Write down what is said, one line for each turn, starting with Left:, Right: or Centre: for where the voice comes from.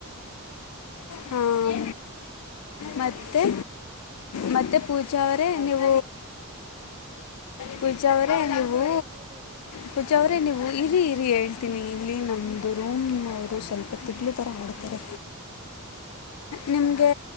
Left: ಹ್ಮ ಮತ್ತೆ
Right: ಹಾ
Left: ಮತ್ತೆ ಪೂಜ ಅವ್ರೇ ನೀವ್
Right: ಹ
Left: ಪೂಜ ಅವ್ರೆ ನೀವು
Right: ಹಾ ಹೇಳಿ ಹೇಳಿ
Left: ಪೂಜ ಅವ್ರ್ ನೀವು ಇರಿ ಇರಿ ಹೇಳ್ತೀನಿ ಇಲ್ಲಿ
Right: ಹ್ಮ
Left: ನಮ್ಮದು ಅವರು ಸ್ವಲ್ಪ ತಿಗ್ಲು ಥರ ಆಡ್ತಾರೆ ನಿಮ್ಗೆ